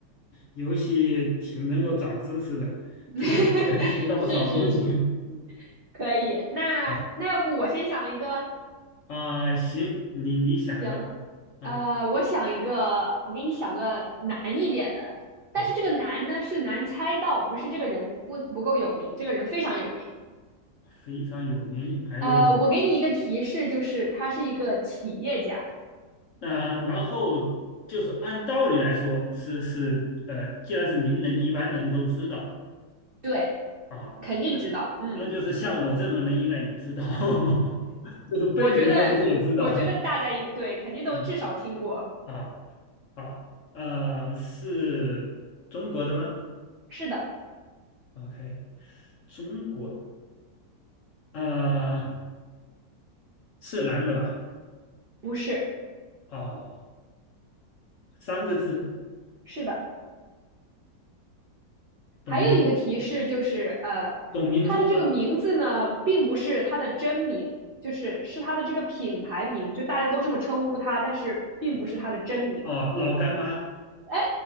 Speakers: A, on the left; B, on the right.
A: 游戏挺能够长知识的，
B: <laughs>
A: 通过这个游戏学到不少东西。
B: 是是是，可以。那那要不我先想一个，
A: <laughs> 啊，行，你你想吧。
B: 能？
A: 啊
B: 呃，我想一个，我给你想个难一点的，但是这个难呢是难猜到，
A: 啊，
B: 不是这个人不不够有名，这个人非常有名。
A: 非常有名。还有，
B: 呃，我给你一个提示，就是他是一个企业家，
A: 那、然后就是按道理来说是是，呃，既然是名人，一般人都知道。
B: 对，
A: 啊，
B: 肯定知道。
A: 那那那就是像我这种人应该也知道，
B: 嗯，
A: <laughs> 就是笨一点的人也知道。
B: 我觉得，我觉得大家应对肯定都至少听过。
A: <laughs> 啊啊啊，呃，是中国的吗
B: 是的，
A: ？OK，中国，啊是男的吧？
B: 不是，
A: 哦，三个字，
B: 是的。
A: 董明
B: 还有一个提示就是，呃，
A: 董明珠吗？
B: 他的这个名字呢，并不是他的真名，就是是他的这个品牌名，就大家都这么称呼他，但是并不是他的真名。
A: 哦，老干妈。
B: 哎，